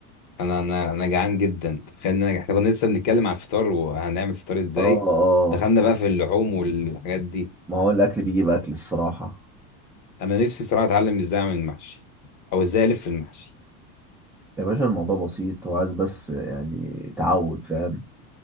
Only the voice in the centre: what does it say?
اه اه
ما هو الاكل بيجيب اكل الصراحه
يا باشا الموضوع بسيط هو عايز بس يعني تعود فاهم